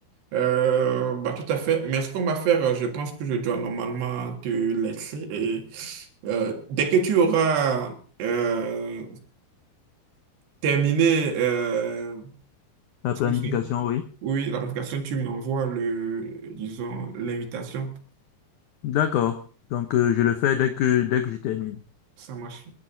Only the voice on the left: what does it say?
La
planification,
oui.
D'accord. Donc, euh, je le fais dès que, dès que je termine.